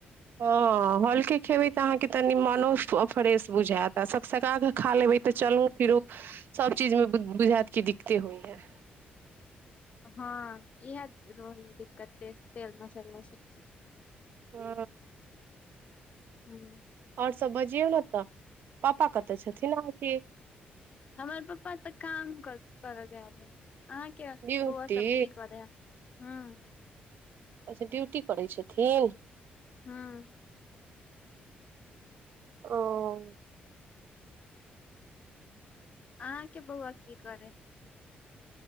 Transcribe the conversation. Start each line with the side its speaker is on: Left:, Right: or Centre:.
Right: हँ हल्के खेबैइ तऽ अहाँके तनि मनो फ्रेश बुझायत आ सक सका कऽ खा लेबैइ तऽ चलूउ फिरूउ सभ? चीजमे बुझेत कि दिक्कते होइया। एह।
Left: हँ इह रोहे हइ दिक्कत तेज तेलमशाला सबके।
Right: हँ
Left: ह
Right: औरसब बज? जियौ न तऽ पापा कतऽ छथिन आहाँके।
Left: हमर पप्पा तऽ काम करऽ सरऽ गेएल हइ। अहाँके
Right: ड्यूटी
Left: बौआ सब की करैय हैऽ। हँ
Right: अच्छा ड्यूटी करैय छथिन।
Left: हाँ
Right: ओऽ
Left: अहाँके बौआ की कोरैय हेऽ?